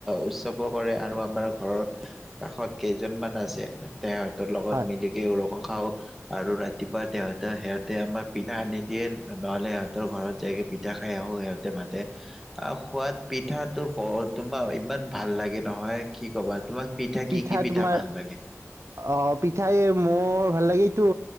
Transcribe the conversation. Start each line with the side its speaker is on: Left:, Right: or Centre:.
Centre: উৎসৱো কৰে আৰু আমাৰ ঘৰৰ কাষত কেইজনমান আছে তেহঁতৰ লগত
Right: হয়
Centre: মিলিকে ওৰস খাওঁ আৰু ৰাতিপুৱা তেহঁৰ সিহঁত ততে আমাৰ পিঠা আনি দিয়ে নহলে সিহঁতৰ ঘৰত যায়গে পিঠা খাই আহো সিহঁতে মাতে আৰু খোৱাত পিঠাটো বৰ তোমাৰ ইমান ভাল লাগে নহয় কি ক'বা তোমাক কি
Right: পিঠা
Centre: কি
Right: তোমাৰ
Centre: ভাল লাগে?
Right: অ পিঠাই ম বৰ ভাল লাগে এইটো